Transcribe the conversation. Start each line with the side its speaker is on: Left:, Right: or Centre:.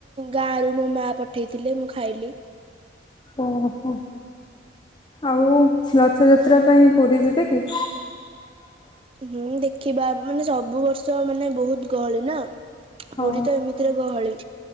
Right: ଗାଁରୁ ମୋ ମା ପଠେଇଥିଲେ ମୁଁ ଖାଇଲି
Left: ଓହୋଃ। ଆଉ ରଥଯାତ୍ରା ପାଇଁ ପୁରୀ ଯିବେ କି?
Right: ହୁଁ, ଦେଖିବା ମାନେ ସବୁ ବର୍ଷ ମାନେ ବହୁତ ଗହଳି ନା।
Left: ହଁ
Right: ପୁରୀ ତ ଏମିତିରେ ଗହଳି।